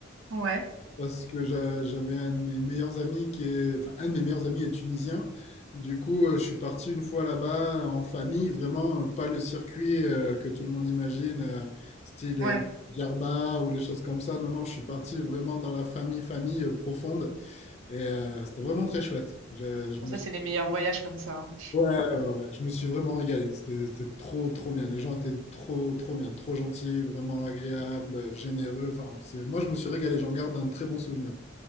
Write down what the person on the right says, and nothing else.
Ouais,
ouais.
Bon
ça, c'est les meilleurs voyages comme ça, hein.